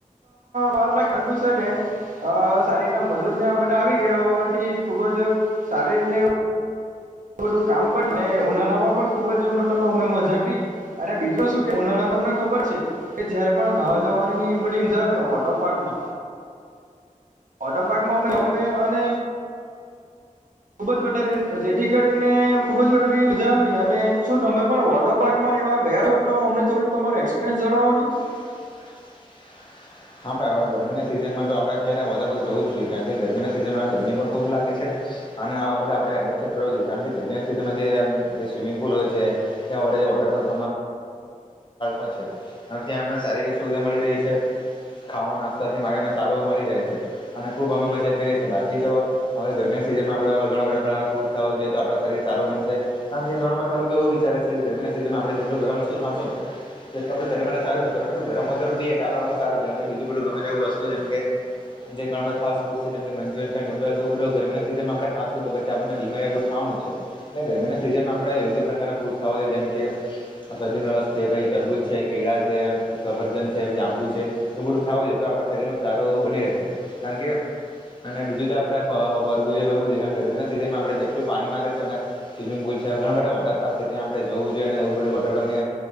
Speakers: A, on the right; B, on the left.
A: બારલાખ દંડુસેને અ સારી રીતના મજૂર ને બધા આવી ગયા હોવાથી ખુબ જ સારી રીતને એ બધું કામ પન ઉનાળામાં પણ ખુબ જ એવું મતલબ અમે મજા અને બીજો શું ઉના તમને ખબર છે કે જયારે પણ નહવા જવાની ન એ બધી સમજાવે વોટર પાર્કમાં વોટર પાર્કમાં અમે ગયા અને ખુબ જ વધારે કરીને ખુબ જ વધ મજા આવી અને શું તમે પણ વોટર પાર્ક માં રેવા ગયા છો તો અમને તમારે એક્સપીરસ જણાવો ની.
B: <unintelligible> હા ભાઈ હવે ગરમીના સીઝનમાં તો આપડે ક્યારે વોટરપક જવું જ જોઈએ કારણ કે ગરમીના સિઝનમાં ગરમી પણ ખુબ લાગે છે. અને આવા બધા આપણે એડવેન્ચર કરવું જોઈએ. કારણ કે ગરમી સીઝનમાં જે સ્વિમિંગ પુલ હોય છે ત્યા <inaudible> વોટરપાર્ક માં છે ત્યાં મને સારી સુવિધા મળી રહી છે. ખાવા, નાસ્તા થી મારીને સારો મળી રહે છે અને ખુબ અમે મજા કરીએ છીએ બાકી તો હવે ગરમી સીઝન ઘણા બધા પ્રકાર ફૂડ ખ જોઈએ આપ શરીર સારું બનશે કારણ કે ઘણા બધા લોકો એવું વિચારે છે કે ગરમીના સિઝન આપણે જેટલું ગરમ વસ્તુ ખાશુંન એટલ આપણેે શરીર માટે સારું છે. પરંતુ ગરમ વસ્તુ આપડે પીએ સારું છે. કારણ કે બીજું બધું ગમે તેવું વસ્તુ જેમ કે જે ઘણા બધા ફાસ્ટ ફડ સ કે મંચુ રિયન છે નૂડલ છે એ બધું ગરમી ના સીઝન માં આપણે ખાશું તો પી આપને બીમારિ એવ થવા એટલે ગરમીના સિઝનમાં આપણે યોગ્ય પ્રકારના ફ્રૂટ ખાવ જોઈએ જેમ કે સફરજનનો રસ છે, પછી તરબૂજ છે, કેળા છે, સફરજન છે, જાંબુ છે તો બધું ખાવું જોઈએ તો આપણા શરીરમાં સારું એ બની રહેશે. કારણ કે અને બીજું તો આપડે ફરવું ફરવું જો કારણ ગરમીના સીઝનમાં આપણે જેટલું પાણી મારેશું સ્વિમિંગ પુલ ઘણા બધા વોટર પાર્ક છે ત્યાં આપણે જોવું જોઈએ અને એવું બધું વોટર પારકને